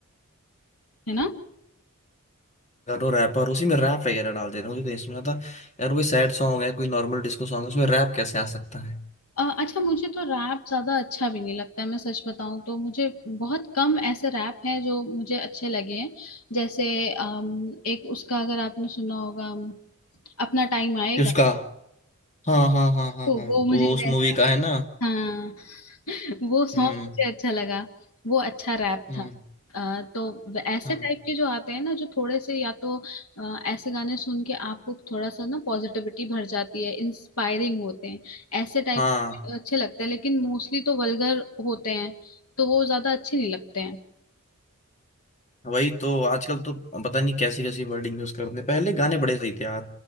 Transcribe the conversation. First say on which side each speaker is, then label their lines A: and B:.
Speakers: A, on the left; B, on the left.
A: है ना
B: करो रैपर उसी में रैप वगैरह डाल देता हूँ मुझे कहीं सुना था यार कोई सैड सॉन्ग है कोई नॉर्मल डिस्को सॉन्ग है उसमें रैप कैसे आ सकता है
A: अ, अच्छा मुझे तो रैप ज्यादा अच्छा भी नहीं लगता है मैं सच बताऊं तो मुझे बहुत कम ऐसे रैप हैं जो मुझे अच्छे लगे हैं जैसे अम, एक उसका अगर आपने सुना होगा अम, अपना टाइम आएगा
B: कि उसका हाँ हाँ हाँ हाँ
A: तो
B: हाँ
A: वो मुझे
B: वो
A: वैसा
B: उस मूवी का है ना
A: हाँ <laughs> वो सॉन्ग
B: हम्म
A: मुझे अच्छा लगा वो अच्छा रैप
B: हम्म
A: था अ, तो व- ऐसे
B: हाँ
A: टाइप के जो आते हैं ना जो थोड़े से या तो अ, ऐसे गाने सुन के आपको थोड़ा सा ना पॉजिटिविटी भर जाती है इंस्पायरिंग होते हैं ऐसे टाइप
B: हाँ
A: अच्छे लगते हैं लेकिन मोस्टली तो वल्गर होते हैं तो वो ज्यादा अच्छे नहीं लगते हैं
B: वही तो आजकल तो पता नहीं कैसी कैसी वर्डिंग यूज करते हैं पहले गाने बड़े सही थे यार